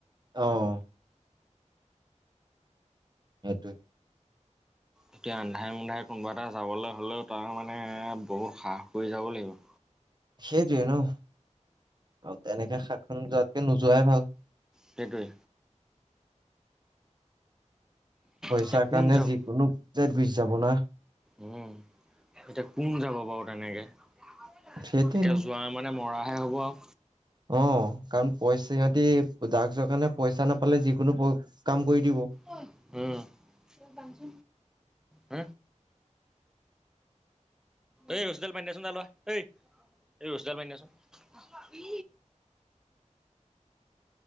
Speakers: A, on the right (about 35°); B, in the centre.
A: আহ সেইটোৱে
B: এতিয়া আন্ধাই মোন্ধাই কোনোবা এটা যাবলৈ হ'লেও তাৰ মানে বহুত হ্ৰাহস কৰি যাব লাগিব।
A: সেইটোৱে ন আৰু তেনেকে শাকখন যোৱাতকে নোযোৱাই ভাল।
B: সেইটোৱে
A: পইচাৰ
B: এতিয়া কোন
A: কাৰণে
B: যাওঁ
A: যিকোনো যাব না
B: উম এতিয়া কোন যাব বাৰু তেনেকে। এতিয়া
A: সেইটোৱে ন।
B: যোৱা মানে মৰাহে হ'ব আৰু
A: অ কাৰণ পইচা সিহঁতি ড্ৰাগছৰ কাৰণে পইচা নাপালে যিকোনো কাম কৰি দিব।
B: উম হ এ ৰচীডাল বান্ধি দিয়াচোন তালে এই ৰচীডাল বান্ধাচোন উ